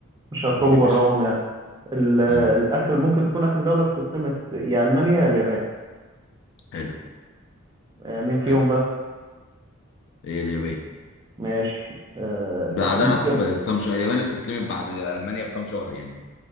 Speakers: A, on the right (about 20°); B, on the left (about 60°).
A: مش هخرجوا
B: قول يا
A: براهم
B: باشا
A: يعني ال-
B: مم.
A: الاخر ممكن تكون اخر دوله استسلمت يا المانيا يا اليابان
B: حلو
A: آه، مين فيهم
B: حلو
A: بقى
B: هي اليابان
A: ماشي آه،
B: بعدها
A: ممكن
B: بكم شهر اليابان استسلمت بعد ألمانيا بكم شهر يعني